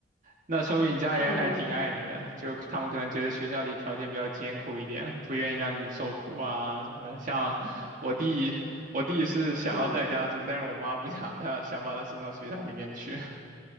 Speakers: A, on the right; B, on the left.
A: 那说明你家人还挺爱你的，
B: <laughs> 嗯
A: 就他们可能觉得学校里条件比较艰苦一点，不愿意让你受苦啊什么的。像我弟，我弟是想要在家住，
B: 嗯，
A: 但是我妈不想他，想把他送到学校里面去。